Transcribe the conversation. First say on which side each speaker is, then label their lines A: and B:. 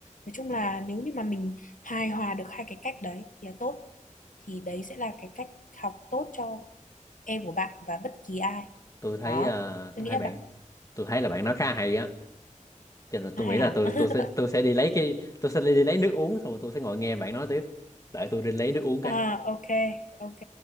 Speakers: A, on the left; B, on the left.
A: Nói chung
B: Ừ.
A: là nếu như mà mình hài hòa được hai cái cách đấy thì là tốt thì đấy sẽ là cái cách học tốt cho em của bạn và bất kỳ ai
B: tôi thấy
A: đó
B: ờ,
A: tôi
B: tôi
A: nghĩ
B: thấy
A: là
B: bạn
A: bạn
B: tôi thấy là bạn nói khá hay á cho nên là tôi
A: hay
B: nghĩ là
A: hả
B: tôi
A: <laughs>
B: tôi sẽ tôi sẽ đi lấy cái tôi sẽ đi lấy nước uống xong rồi tôi sẽ ngồi nghe bạn nói tiếp đợi tôi đi lấy nước uống cái
A: à, ok ok